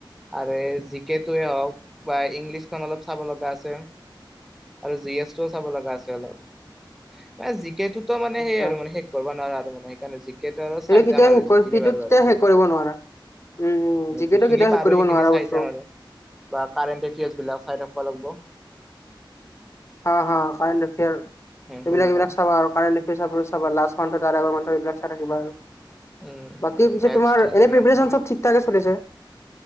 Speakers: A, in the centre; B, on the left.
A: আৰু জি কে টোৱে হওক বা ইংলিছখন অলপ চাব লগা আছে আৰু জি এছটো চাব লগা আছে অলপ মানে জি কে টৌ ত মানে
B: আচ্ছা
A: সেই আৰু মান শেষ কৰিব নোৱাৰা মানে সেইকাৰণে ক্ৰিকট
B: সেইটো
A: চাই
B: কেতিয়াও
A: যাম আৰু
B: শেষ কৰি
A: যিখিনি
B: সেইটো
A: পাৰো
B: কেতিয়াও
A: আৰু উ
B: শেষ কৰিব নোৱাৰা উম উম জিকেটো
A: যিখিনি
B: কেতিয়াও শেষ
A: পাৰো
B: কৰিব
A: স
B: নোৱাৰা
A: খিনি চাই
B: বস্তু
A: যাম আৰু বা কাৰেন্টৰ কেজ বিলাক চাই যাব লাগিব।
B: অ কাৰেণ্টৰ ফেয়াৰ
A: সেনেকা
B: এইবিলাক এইবিলাক চাবা আৰু কাৰেণ্ট ফয়াৰ লাষ্ট ম ৰ মানুহৰ এইবিলাক চাই থাকিবা আৰু
A: উম
B: বাকী পিছে
A: মেথছটো
B: তোমাৰ
A: যিমান
B: এনে প্ৰিপেচন
A: পাৰো
B: চব ঠিক ঠাকে চলিছে